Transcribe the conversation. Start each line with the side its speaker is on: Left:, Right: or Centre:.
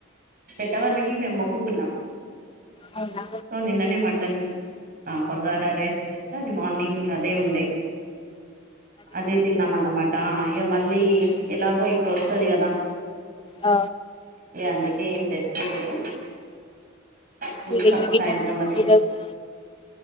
Right: పెద్దవాళ్ళకి మేము మొక్కుకున్నాం
Left: అవునా
Right: సో నిన్ననే మటన్ ఆ బగారా రైస్ ఎంత అది మార్నింగ్ అదే ఉండే అదే తిన్నాం అన్నమాట ఇ మ మళ్ళీ ఎలాగో ఇప్పుడు వస్తది కదా
Left: ఆ
Right: యా అందుకే ఏం తెచ్చుకోలేదు చూస్తాం
Left: ఇగ ఈవినింగ్
Right: సాయంత్రం వరకి
Left: ఈరోజు